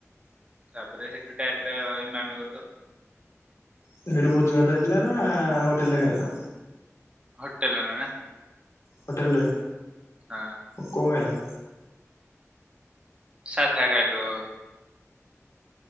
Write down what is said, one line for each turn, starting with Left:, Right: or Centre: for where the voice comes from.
Right: ତାପରେ ସେଠୁ ଡାଇରେକ୍ଟ ଇମାମି ଗଲୁ।
Left: ସେଠି ଭୋଜି ଭାତ ହେଇଥିଲା ନା ଆ ହୋଟେଲରେ ଖାଇଲ?
Right: ହୋଟେଲନ ନା
Left: ହୋଟେଲରେ
Right: ହଁ
Left: କଣ ଖାଇଲ।
Right: ସାଧା ଖାଇଲୁ।